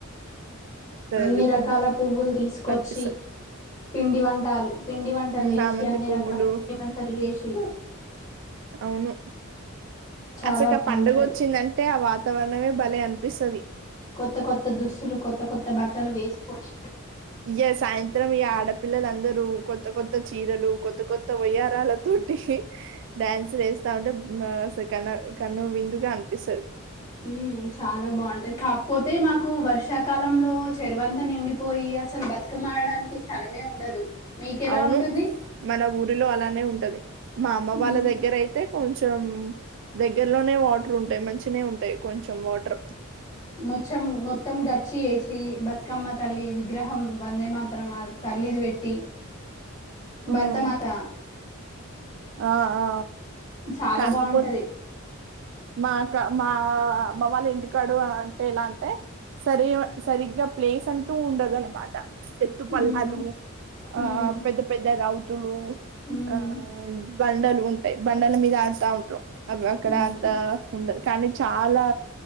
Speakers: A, on the left (about 35°); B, on the right (about 60°).
A: అన్ని
B: ఎందుకు
A: రకాల పువ్వులు తీసుకొచ్చి..
B: అనిపిస్తుంది
A: పిండి వంటాలు పిండి వంటలు చేసి
B: చామంతి
A: అన్ని
B: పువ్వులు
A: రకాల పిండి వంటలు చేసి
B: అవును
A: చాలా
B: అసలకి
A: బాగుంటది
B: ఆ పండగ వచ్చిందంటే ఆ వాతావరణమే భలే అనిపిస్తది
A: కొత్త కొత్త దుస్తులు కొత్త కొత్త బట్టలు వేసుకోని
B: ఇగా సాయంత్రం ఇగ ఆడపిల్లలందరూ కొత్త కొత్త చీరలు కొత్త కొత్త వయ్యరాలతో టిహి డ్యాన్స్ వేస్తా ఉంటే సె కన్నా కన్నుల విందుగా అనిపిస్తది
A: ఉమ్ చాలా బాగుంటా పోతే మాకు వర్షాకాలంలో చెరువంత నిండిపోయి అసలు బతుకమ్మ అడడానికి స్థలమే ఉండదు. మీకెలా
B: అవును
A: ఉంటుంది
B: మన ఊరిలో అలానే ఉంటది. మా అమ్మ
A: ఉమ్
B: వాళ్ళ దగ్గర అయితే కొంచెం దగ్గరలోనే వాటర్ ఉంటాయి. మంచిగానే ఉంటాయి. కొంచెం వాటర్
A: మొచ్చం మొత్తం గచ్చు చేసి బత్ తుకమ్మ తల్లి విగ్రహం వందే మాతరం తల్లిది పెట్టి భారత
B: ఉమ్,
A: మాత
B: ఆ ఆ
A: చాలా
B: కాకపోతే
A: బాగుంటది.
B: మా క మా అమ్మ వాళ్ళ ఇంటికాడు అంటే ఎలా అంటే సరి సరిగ్గా ప్లేస్ అంటూ ఉండదు అన్నమాట ఎత్తుపల్లాలు
A: ఉమ్
B: ఆ
A: ఉమ్
B: పెద్ద పెద్ద రౌతులు
A: ఉమ్
B: ఆ బండలు ఉంటాయి. బండల మీద ఆడుతా ఉంటారు. అవి అక్కడ
A: ఉమ్
B: ఆ ఉండదు కానీ చాలా